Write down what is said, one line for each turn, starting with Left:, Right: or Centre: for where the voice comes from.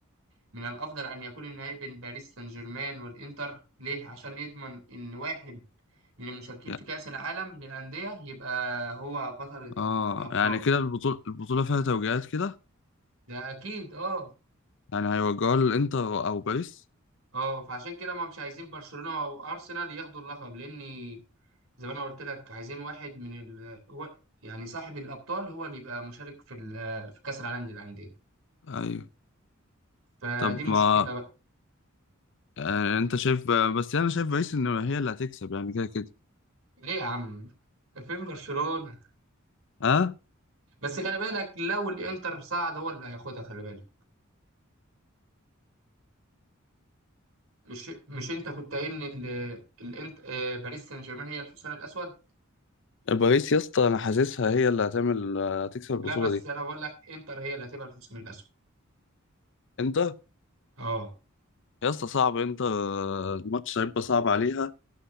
Right: من الأفضل أن يكون النهائي بين باريس سان جيرمان والإنتر ليه؟ عشان يضمن إن واحد من المشاركين
Left: يع-
Right: في كأس العالم للأندية يبقى هو بطل ال-
Left: اه
Right: الأبطال
Left: يعني كده البطولة البطولة فيها توجيهات كده
Right: ده أكيد أه
Left: يعني هيوجهوها للانتر او باريس
Right: أه فعشان كده ما مش عايزين برشلونة أو أرسنال ياخدوا اللقب لأن زي ما أنا قلت لك عايزين واحد من ال... هو يعني صاحب الأبطال هو اللي يبقى مشارك في ال... في كأس العالم للأندية
Left: ايوه
Right: فدي
Left: طب
Right: مشكلة
Left: ما
Right: بقى
Left: آه، انت شايف بس انا شايف باريس ان هي اللي هتكسب يعني كده كده
Right: ليه يا عم؟ فين برشلونة؟
Left: اه
Right: بس خلي بالك لو الإنتر صعد هو اللي هياخدها خلي بالك مش مش انت كنت قايل ان ال... الانت... آه، باريس سان جيرمان هي الحصان الاسود
Left: باريس يا اسطى انا حاسسها هي اللي هتعمل هتكسب البطوله
Right: لا بس
Left: دي
Right: انا بقول لك انتر هي اللي هتبقى الحصان الاسود
Left: انتر
Right: اه
Left: يا اسطى صعب انتر آه، الماتش هيبقى صعب عليها